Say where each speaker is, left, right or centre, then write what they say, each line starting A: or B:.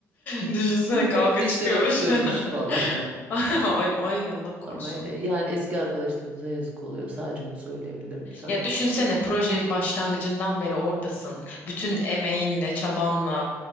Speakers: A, on the left (about 30°); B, on the right (about 25°).
A: Düşünsene
B: <laughs>
A: kavga
B: Hepsi işten
A: çıkıyormuş.
B: atılıyormuş
A: <laughs>
B: valla.
A: Ay, ay Allah korusun.
B: Ama e, yani eski arkadaşlarımıza yazık oluyor. Sadece onu söyleyebilirim sana.
A: Ya düşünsene proje başlangıcından beri oradasın. Bütün emeğinle, çabanla,